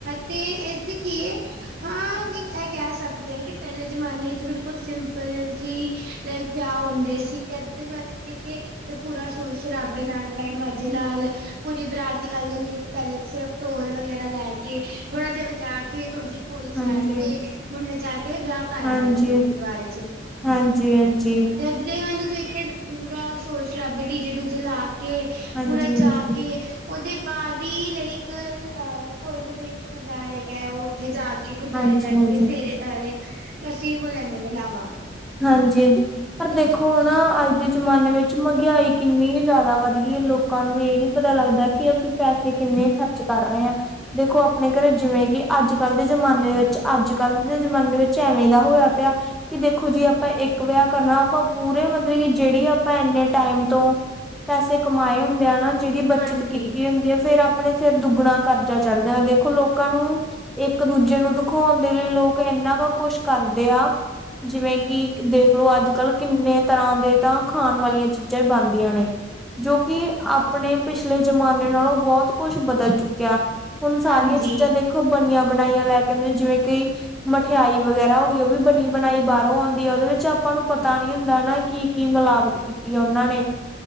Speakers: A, on the right; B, in the centre.
A: ਤੇ ਏਸਦੇ ਕੀ ਏ ਹਾਂ ਇਹ ਕਹਿ ਸਕਦੇ ਕਿ ਪੈਲੇ ਜਮਾਨੇ ਚ ਬਿਲਕੁਲ ਸਿੰਪਲ ਜੀ ਲਾਈਕ ਵਿਆਹ ਹੁੰਦ ਸੀ ਤੇ ਅੱਜ ਦੇ ਜਮਾਨੇਂ ਚ ਦੇਖਿਏ ਪੂਰਾ ਸ਼ੌਰ ਸ਼ਰਾਬੇ ਨਾਲ, ਬੈਂਡ ਵਾਜ਼ੇ ਨਾਲ, ਪੂਰੀ ਬ ਨਿਕਾਲੀ ਜਾਂਦੀ ਏ, ਤੇ ਪੈਲੇਂ ਤੇ ਸਿਰਫ਼ ਟੌਲ ਵਗੈਰਾ ਲੈ ਕੇ ਥੋੜਾ ਜਾਂ ਵਜਾ ਕੇ ਥੋੜਾ ਜੀ ਕੋੜੀ ਚਾੜ
B: ਹਾਂਜੀ
A: ਕੇ, ਮੁੰਡੇ ਜਾ ਕੇ, ਵਿਆਹ ਕਰ ਲੈਂਦਾ
B: ਹਾਂਜੀ
A: ਸੀ, ਗੁਰਦੁਆਰੇ
B: ਹਾਂਜੀ ਹਾਂਜੀ ਹਾਂਜੀ ਹਾਂਜੀ।
A: ਜਦ ਦੇ ਮੈਨੂੰ ਦੇਖ ਕੇ ਪੂਰਾ ਸ਼ੌਰ-ਸ਼ਰਾਬਾ, ਡੀਜੇ-ਡੂਜੇ ਲਾ ਕੇ ਕੇ
B: ਹਾਂਜੀ
A: ਪੂਰਾ ਜਾ ਕੇ ਉੱਦੇ <unintelligible> ਇੱਕ ਅਹ ਕੋਈ ਵੀ ਦੇਵ ਸਰਦਾਰ ਹੈਗਾ ਏ। ਉਹ ਉੱਥੇ ਜਾ ਕੇ <inaudible> ਗੁਰਦੁਆਰੇ
B: ਹਾਂਜੀ
A: ਜਾ ਕੇ
B: ਹਾਂਜੀ
A: ਫੇਰ ਅ ਲਈਕ ਅਸੀਂ <unintelligible> ਲੈਂਦੇ ਨੇ ਲਾਵਾਂ।
B: ਹਾਂਜੀ, ਪਰ ਦੇਖੋ ਨਾ, ਅੱਜ ਦੇ ਜ਼ਮਾਨੇ ਵਿੱਚ ਮੰਗਾਆਈ ਕਿੰਨੀ ਜ਼ਾਦਾ ਵੱਧ ਗਈ ਏ ਲੋਕ ਲੋਕਾਂ ਨੂੰ ਏ ਨੀ ਪਤਾ ਲੱਗਦਾ ਕਿ, ਅਸੀਂ ਪੈਸੇ ਕਿੰਨੇ ਖਰਚ ਕਰ ਰਹੇ ਆਂ। ਦੇਖੋ ਆਪਣੇ ਘਰੇ ਜਿਵੇਂ ਕਿ ਅੱਜ ਕੱਲ੍ਹ ਦੇ ਜਮਾਨੇ ਦੇ ਵਿਚ, ਅੱਜ ਕੱਲ੍ਹ ਦੇ ਜਮਾਨੇ ਦੇ ਵਿੱਚ ਏਵੇਂ ਦਾ ਹੋਇਆ ਪਿਆ ਕਿ ਦੇਖੋ ਦੇਖੋ ਜੀ ਆਪਾਂ ਇੱਕ ਵਿਆਹ ਕਰਨਾ, ਆਪਾਂ ਪੂਰੇ ਮਤਲਬ ਕਿ ਜੇੜੀਂ ਆਪਾਂ ਇੰਨੇ ਟਾਈਮ ਤੋਂ ਪੈਸੇ ਕਮਾਏ ਹੁੰਦੇ ਆ ਨਾ ਜਿਹੜੀ ਬੱਚਤ
A: ਹਾਂਜੀ
B: ਕੀਤੀ ਹੁੰਦੀ ਏ ।ਫੇਰ ਅਪਣੇ ਸਿਰ ਦੁੱਗਣਾ ਕਰਜ਼ਾ ਚੜ ਜਾਂਦਾ ਦੇਖੋ ਲੋਕਾਂ ਨੂੰ ਇੱਕ ਦੂਜੇ ਨੂੰ ਦਖਾਉਣ ਦੇ ਲਈ ਲੋਕ ਇੰਨਾ ਕੁ ਕੁਸ਼ ਕਰਦੇ ਆ ਜਿਵੇਂ ਕਿ ਇਕ ਦੇਖਲੋ ਅੱਜ ਕੱਲ ਕਿੰਨੇ ਤਰ੍ਹਾਂ ਦੇ ਤਾਂ ਖਾਨ ਵਾਲੀਆਂ ਚੀਜ਼ਾਂ ਈ ਬਨਦੀਆਂ ਨੇ। ਜੋ ਕਿ ਆਪਣੇ ਪਿਛਲੇ ਜ਼ਮਾਨੇ ਨਾਲੋਂ ਬੋਤ ਕੁਛ ਬਦਲ ਚੁੱਕਿਆ। ਹੁਣ ਸਾਰੀਆਂ
A: ਹਾਂਜੀ
B: ਚੀਜ਼ਾਂ ਦੇਖੋ ਬਨੀਆਂ ਬਣਾਈਆਂ ਲੈ ਕੇ ਕਹਿੰਦੇ ਜਿਵੇਂ ਕਈ ਮਠਿਆਈ ਵਗੈਰਾ ਹੋ ਗਈ ਉਹ ਵੀ ਬਨੀ ਬ ਮਲਾਈ ਬਾਹਰੋਂ ਆਉਂਦੀ ਆ। ਉਹਦੇ ਵਿੱਚ ਆਪਾਂ ਨੂੰ ਪਤਾ ਨੀ ਹੁੰਦਾ ਨਾ ।ਕੀ, ਕੀ ਮਿਲਾਵਟ ਕੀਤੀ ਏ ਉਹਨਾਂ ਨੇ।
A: <inaudible> <inaudible>